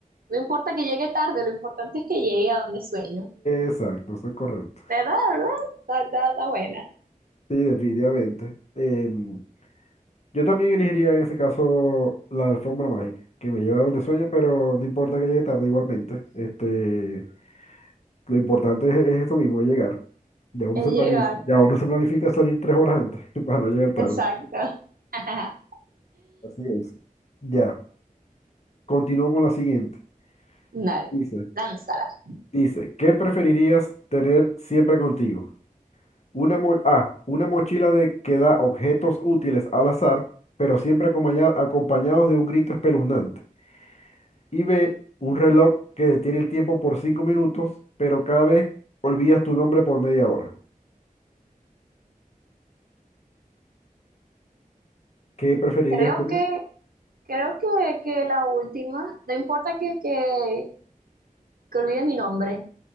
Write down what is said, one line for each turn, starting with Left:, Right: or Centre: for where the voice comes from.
Right: No importa que llegue tarde, lo importante es que llegue a donde sueño.
Left: Exacto, eso es correcto.
Right: ¿Verdad? ¿Verdad? Está, está, está buena.
Left: Sí, definitivamente. Em, yo también elegiría en ese caso la alfombra mágica, que me lleva a donde sueña, pero no importa que llegue tarde igualmente. Este, lo importante es, es eso mismo, es llegar. Ya uno
Right: Es
Left: se planifica,
Right: llegar
Left: ya uno se planifica salir tres horas antes <laughs> para no llegar tarde.
Right: Exacto. <laughs>
Left: Así es. Ya, continúo con la siguiente.
Right: Dale,
Left: Dice,
Right: lánzala.
Left: dice, ¿qué preferirías tener siempre contigo? Una mo- A, una mochila de que da objetos útiles al azar, pero siempre acompaña- acompañados de un grito espeluznante. y ve un reloj que detiene el tiempo por 5 minutos, pero cada vez olvidas tu nombre por media hora. ¿Qué preferirías
Right: Creo
Left: tener?
Right: que, creo que, que la última, no importa que, que, que olvide mi nombre,